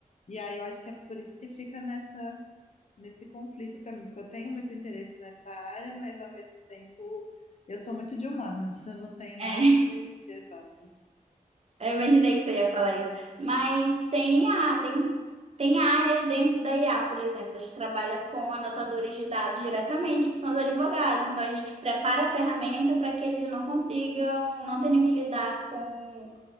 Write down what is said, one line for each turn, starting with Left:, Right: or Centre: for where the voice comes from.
Left: e aí eu acho que é por isso que fica nessa, nesse conflito para mim, porque eu tenho muito interesse nessa área, mas ao mesmo tempo eu sou muito de humanas, <laughs> eu não tenho nada
Right: É.
Left: de, de exato.
Right: Eu imaginei que você ia falar isso. Mas tem a, tem, tem áreas dentro da IA, por exemplo, a gente trabalha com anotadores de dados diretamente, que são os advogados. Então a gente prepara a ferramenta para que eles não consigam, não tenham que lidar com